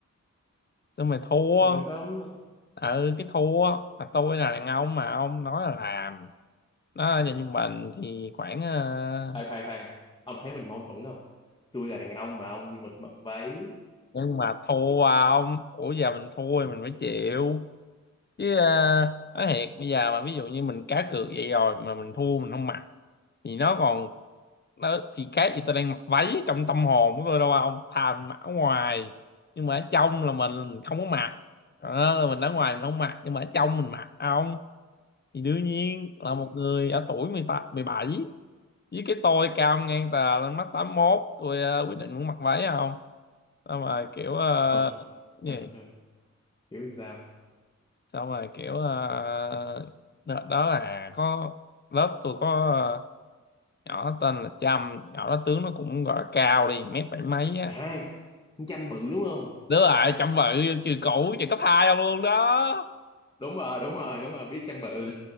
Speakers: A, on the left; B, on the left.
A: xong rồi thua
B: mà sao không-
A: ừ cái thua là tôi là đàn ông mà ông nói là làm đó nhà trung bình thì khoảng ờ,
B: khoan khoan khoan ông thấy mình mâu thuẫn không tôi là đàn ông mà ông nhưng mà tôi mặc váy
A: nhưng mà thua ông ủa giờ mình thua thì mình phải chịu chứ ờ, nói thiệt bây giờ mà ví dụ như mình cá cược vậy rồi mà mình thua mình không mặc thì nó còn nó thì khác gì tôi đang mặc váy trong tâm hồn của tôi đâu không thà mặc ở ngoài nhưng mà ở trong là mình không có mặc đó, là mình ở ngoài mình không mặc nhưng mà ở trong mình mặc không thì đương nhiên là
B: <laughs>
A: một người ở tuổi mười tám, mười bảy với cái tôi cao ngang tà lên mắt 81 tôi ờ, quyết định muốn mặc váy không sao mà kiểu ờ,
B: Ờ,
A: gì
B: ờ, ờ, hiểu sao
A: sao mà kiểu ờ, đợt đó là có lớp tôi có ờ, nhỏ tên là Trâm nhỏ đó tướng nó cũng gọi là cao đi mét bảy mấy á
B: à con chăm bự đúng không
A: đúng rồi chăm vợ trường cũ trường cấp 2 không luôn đó
B: đúng rồi đúng rồi đúng rồi biết chăm bự